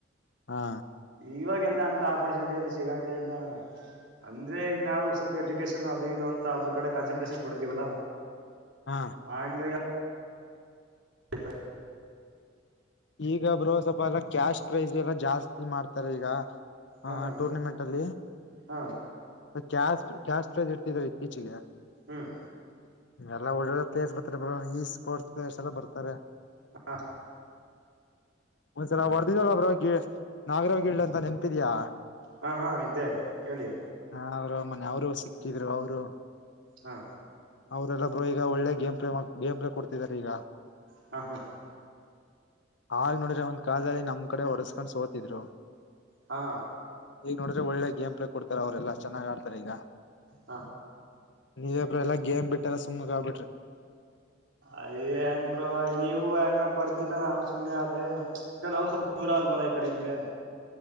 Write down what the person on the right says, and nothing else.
ಇವಾಗೆಲ್ಲ ಅಂತ ಆಪರ್ಚುನಿಟಿ ಎಲ್ಲ ಸಿಗಂಗಿಲ್ಲ. ಅಂದ್ರೆ ಈಗ ನಾವು ಸ್ವಲ್ಪ ಎಜುಕೇಶನ್ ಅದು ಇದು ಅಂತ ಅದ್ರ ಕಡೆ ಕಾನ್ಸಂಟ್ರೇಷನ್ ಕೊಡ್ತೀವಲ್ಲಾ
ಆಂಗ. ಅಭಿಪ್ರ
ಹಾ ಹಾ
ಹಾ
ಹ್ಮ್
ಹಾ
ಹಾ ಹಾ ಇದೆಹೇಳಿ
ಹಾ
ಹಾ ಹಾ
ಹಾ
ಹಾ
ಅಯೇ ಅಏನ್ರು ನೀವು ಯಾಕ ಬರ್ತಿಲ್ಲ ನಾವು ಸುಮ್ನೆ ಆದ್ರ ನಾವು ದರ ಬರ ಈ ಕಡೆ ಹಂಗೆ